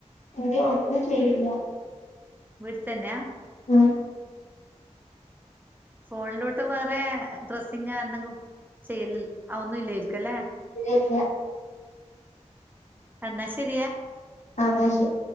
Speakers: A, on the left; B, on the right.
A: ഇനി ഒന്നും ചെയ്യില്ല.
B: വീട്ട്തന്നാഹ്?
A: ഉം
B: ഫോണിലോട്ട് വേറെ ഡ്രെസ്സിങ് ആൽബങ്ങളും എന്തെങ്കിലും ചെയ്യല് അവൊന്നും ഇല്ലേരിക്കു അല്ലെ?
A: ഇല്ലല്ല്യാ.
B: അന്നാ ശരിയേ
A: ആഹ് ഇന്നാശരി.